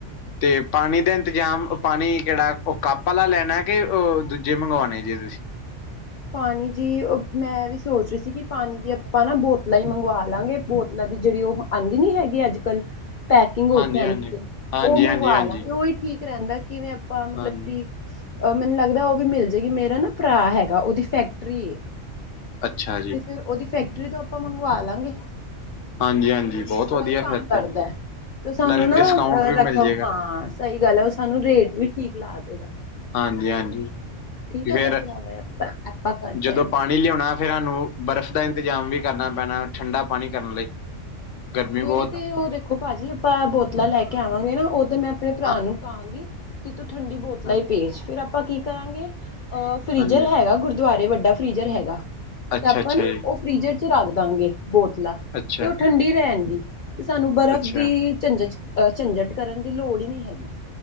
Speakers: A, on the left; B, on the left.
A: ਤੇ ਪਾਣੀ ਦੇ ਜਾਂ ਪਾਣੀ ਕਿਹੜਾ ਉਹ ਕੱਪ ਵਾਲਾ ਲੈਣਾ ਕਿ ਉਹ ਦੂਜੇ ਮੰਗਵਾਉਣੇ ਜੇ ਤੁਸੀਂ
B: ਪਾਣੀ ਜੀ ਮੈਂ ਵੀ ਸੋਚ ਰਹੀ ਸੀ ਕਿ ਪਾਣੀ ਵੀ ਆਪਾਂ ਨਾ ਬੋਤਲਾਂ ਹੀ ਮੰਗਵਾ ਲਾਂਗੇ ਬੋਤਲਾਂ ਦੀ ਜਿਹੜੀ ਉਹ ਆਉਂਦੀ ਨੀ ਹੈਗੀ ਅੱਜ ਕੱਲ੍ਹ ਪੈਕਿੰਗ ਹੋਕੇ
A: ਹਾਂਜੀ
B: ਆਦੀ
A: ਹਾਂਜੀ ਹਾਂਜੀ
B: ਉਹ ਮੰਗਵਾ
A: ਹਾਂਜੀ ਹਾਂਜੀ
B: ਲਾਗੇ ਉਹਹੀ ਠੀਕ ਰਹਿੰਦਾ ਕਿਵੇਂ ਆਪਾਂ ਮਤਲਬ
A: ਹਾਂਜੀ
B: ਕਿ ਅ ਮੈਨੂੰ ਲੱਗਦਾ ਉਹ ਵੀ ਮਿਲ ਜਾਏਗੀ ਮੇਰਾ ਨਾ ਭਰਾ ਹੈਗਾ ਉਹਦੀ ਫੈਕਟਰੀ
A: ਅੱਛਾ ਜੀ।
B: ਤੇ ਫਿਰ ਉਹਦੀ ਫੈਕਟਰੀ ਤੋਂ ਆਪਾਂ ਮੰਗਵਾ ਲਾਂਗੇ
A: ਹਾਂਜੀ-ਹਾਂਜੀ ਬਹੁਤ
B: ਉਹ
A: ਵਧੀਆ
B: ਇਹੀ ਕੰਮ
A: ਫਿਰ ਤੇ
B: ਕਰਦਾ ਹੈ। ਤੇ ਸਾਨੂੰ
A: ਨਾਲੇ
B: ਨਾ
A: ਡਿਸਕਾਊਂਟ ਵੀ
B: ਰਕਮ
A: ਮਿਲ ਜਾਏਗਾ
B: ਹਾਂ ਸਹੀ ਗੱਲ ਹੈ ਉਹ ਸਾਨੂੰ ਰੇਟ ਵੀ ਠੀਕ ਲਾ ਦੇਗਾ
A: ਹਾਂਜੀ-ਹਾਂਜੀ
B: ਠੀਕ ਹੈ
A: ਫੇਰ
B: ਤਾਂ ਫਿਰ ਆਵੇਂ ਆਪਾਂ ਆਪਾਂ ਕਰਦੇ
A: ਜਦੋਂ
B: ਹਾਂ।
A: ਪਾਣੀ ਲਿਆਉਣਾ ਫਿਰ ਸਾਨੂੰ ਬਰਫ਼ ਦਾ ਇੰਤਜ਼ਾਮ ਵੀ ਕਰਨਾ ਪੈਣਾ ਠੰਡਾ ਪਾਣੀ ਕਰਨ ਲਈ ਗਰਮੀ
B: ਜਿਹੜੀ
A: ਬਹੁਤ
B: ਤੇ
A: ਆ
B: ਉਹ ਦੇਖੋ ਭਾਜੀ ਆਪਾਂ ਬੋਤਲਾਂ ਲੈ ਕੇ ਆਵਾਂਗੇ ਨਾ ਉਹ ਤੇ ਮੈਂ ਆਪਣੇ ਭਰਾ
A: ਹਾਂ
B: ਨੂੰ ਕਾਂਗੀ ਕਿ ਤੂੰ ਠੰਡੀ ਬੋਤਲਾਂ
A: ਹਾਂ
B: ਹੀ ਭੇਜ ਫਿਰ ਆਪਾਂ ਕੀ ਕਰਾਂਗੇ ਅ ਫ੍ਰਿਜਰ
A: ਹਾਂਜੀ
B: ਹੈਗਾ ਗੁਰਦੁਆਰੇ ਵੱਡੇ ਡਾ ਫਰੀਜਰ ਹੈਗਾ
A: ਅੱਛਾ
B: ਤੇ ਆਪਾਂ
A: ਅੱਛਾ
B: ਨਾ
A: ਜੀ
B: ਉਹ ਫੀਜਰ ਚ ਰੱਖ ਦਾਂਗੇ ਬੋਤਲਾਂ
A: ਅੱਛਾ
B: ਤੇ ਉਹ ਠੰਡੀ ਤੇ ਸਾਨੂੰ ਬਰਫ਼
A: ਅੱਛਾ
B: ਦੀ ਝੰਜਟਹ ਝੰਜਟ ਕਰਨ ਦੀ ਲੋੜ ਹੀ ਨਹੀ ਹੈਗੀ